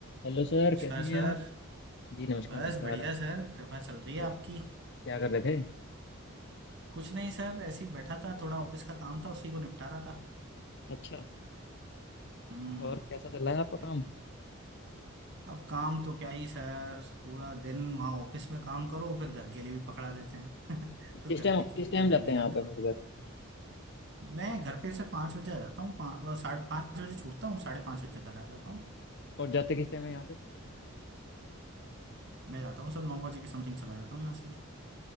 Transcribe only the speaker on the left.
Hello sir
कैसे हैं
आप जी नमस्कार
नमस्कार
आप
और
क्या कर रहे थे
अच्छा
और कैसा चल रहा है आपका
काम
किस
टाइम
किस
टाइम जाते
हैं
आप ऐसे
सुबह को
और जाते किस टाइम है यहाँ से